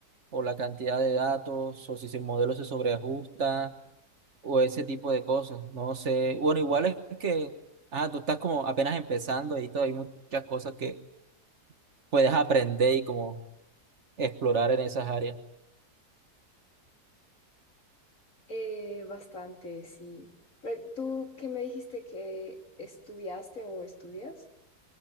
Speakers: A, on the right; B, on the left.
A: o la cantidad de datos o si el modelo se sobreajusta o ese tipo de cosas. No sé, bueno, igual es que, ah, tú estás como apenas empezando y todo, hay muchas cosas que puedes
B: sí,
A: aprender y como explorar en esas áreas.
B: eh, bastante, sí. Pero tú, ¿qué me dijiste que estudiaste o estudias?